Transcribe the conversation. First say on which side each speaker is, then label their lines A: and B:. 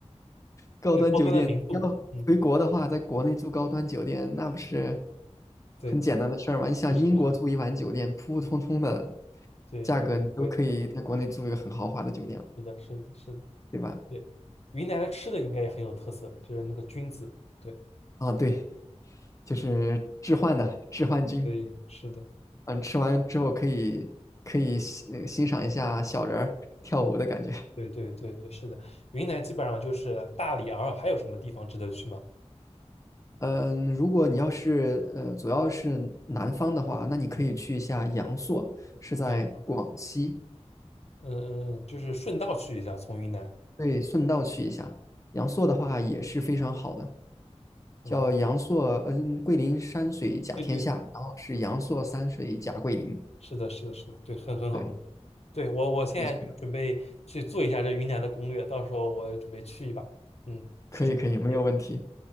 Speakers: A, on the left; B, on the left.
A: 高端酒店要回国的话，
B: 对，高端的民宿。嗯，
A: 在国内住高端酒店，那不是
B: 对，
A: 很简单的事儿吗？你想英国住一晚酒店，
B: 是是是，
A: 普普通通的
B: 对，
A: 价格，
B: 也挺贵。
A: 你都可以在国内住一个很豪华的酒店了，
B: 是的，是的，是的。
A: 对吧？
B: 对，云南的吃的应该也很有特色，就是那个菌子。对，
A: 啊，对，就是置换的置换君，
B: 所以是的，
A: 嗯，吃完之后可以可以欣呃欣赏一下小人儿跳舞的感觉。
B: 对，对，对，对，是的，云南基本上就是大理、洱海，还有什么地方值得去吗？
A: 嗯，如果你要是呃主要是南方的话，那你可以去一下阳朔，
B: 嗯，
A: 是在广西。
B: 啊，嗯嗯，嗯就是顺道去一下，从云南。
A: 对，顺道去一下。阳朔的话也是非常好的，
B: OK，
A: 叫阳朔，嗯，桂林山水甲天下，
B: 对对，
A: 然后是阳朔山水甲桂林。
B: 是的，是的，是的，对，很很好。
A: 对，
B: 很好对，我，我现在就准备去做一下这云南的攻略，
A: 也去
B: 到时候我准备去一把。嗯，
A: 可以可以，
B: 谢谢，谢谢，
A: 没有问题。